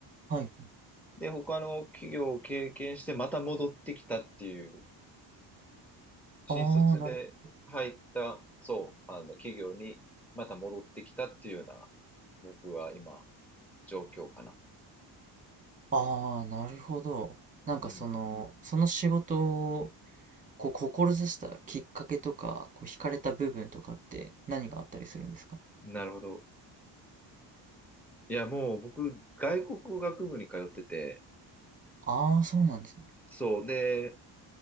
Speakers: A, on the right; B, in the centre.
A: はい。
B: で、他の企業を経験して、また戻ってきたっていう、新卒で入った、
A: ああ、なるほど
B: そう、あの、企業にまた戻ってきたっていうような、僕は今、状況かな。
A: ああ、なるほど。なんかその、
B: うん。
A: その仕事をこう志したきっかけとか、こう惹かれた部分とかって何があったりするんですか
B: なるほど。いや、もう僕、外国語学部に通ってて、
A: ああー、そうなんですね。
B: そう、で、